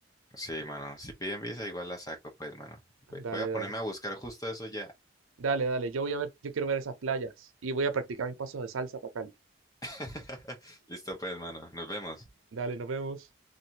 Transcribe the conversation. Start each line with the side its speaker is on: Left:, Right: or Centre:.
Left: Sí, mano, si piden visa igual la saco, pues, mano. Ve-
Right: Dale,
Left: Voy a ponerme
Right: dale.
Left: a buscar justo eso ya.
Right: Dale, dale. Yo voy a ver, yo quiero ver esas playas y voy a practicar mis pasos de salsa para Cali.
Left: <laughs> Listo, pues, mano, nos vemos.
Right: Dale, nos vemos.